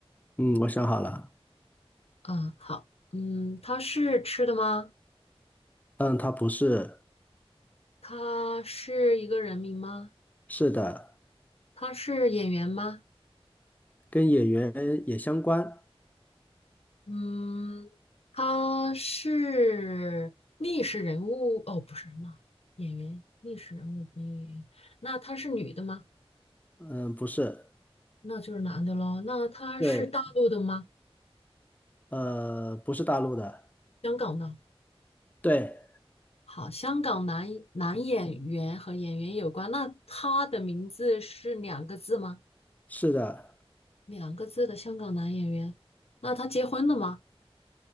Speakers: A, on the left; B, on the left.
A: 嗯，我想好了，
B: 嗯，好，嗯，它是吃的吗？
A: 嗯，他不是，
B: 它是一个人名吗？
A: 是的，
B: 他是演员吗？
A: 跟演员也相关，
B: 嗯，他是历史人物哦，不是那演员，历史人物没有演员。那他是女的吗？
A: 嗯，不是，
B: 那就是男的喽。那他是大陆的吗？
A: 对，呃，不是大陆的，
B: 香港的。
A: 对，
B: 好，香港男男演员和演员有关。那他的名字是两个字吗？
A: 是的，
B: 两个字的香港男演员。那他结婚了吗？